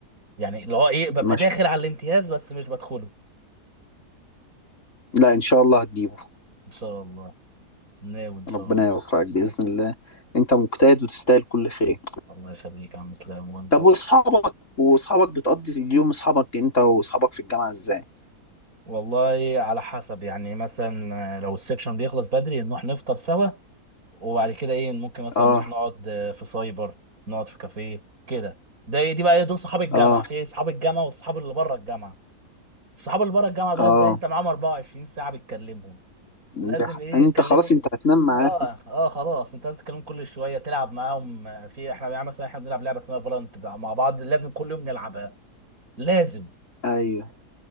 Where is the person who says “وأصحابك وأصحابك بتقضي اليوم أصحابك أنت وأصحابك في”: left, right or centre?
Left